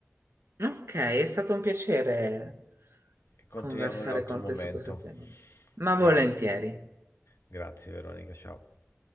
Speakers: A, on the right (about 75°); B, on the left (about 85°).
A: Ok, è stato un piacere
B: e continuiamo
A: conversare
B: in un altro
A: con
B: momento.
A: te su questo tema, ma
B: Gra-
A: volentieri.
B: grazie Veronica, ciao.